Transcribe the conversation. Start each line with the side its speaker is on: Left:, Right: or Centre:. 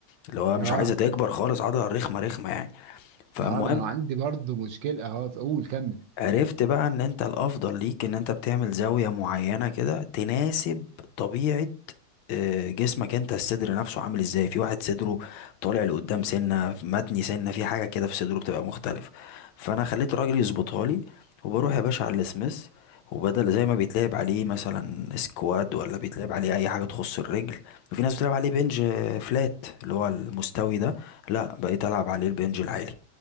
Left: اللي هو مش
Right: اه
Left: عايزة تكبر خالص عضلة رخمة رخمة يعني فالمهم
Right: اه انا عندي برضو مشكله اه اقول كمل
Left: عرفت بقى ان انت الافضل ليك ان انت بتعمل زاوية معينة كده تناسب طبيعة آه، جسمك انت الصدر نفسه عامل ازاي في واحد صدره طالع لقدام سنة متني سنة في حاجة كده في صدره بتبقى مختلف فانا خليت الراجل يظبطها لي وبروح يا باشا على السميث وبدل زي ما بيتلعب عليه مثلا سكواد ولا بيتلعب عليه اي حاجة تخص الرجل وفي ناس بتلعب عليه بنج آه، فلات اللي هو المستوي ده لا بقيت العب عليه البنج العالي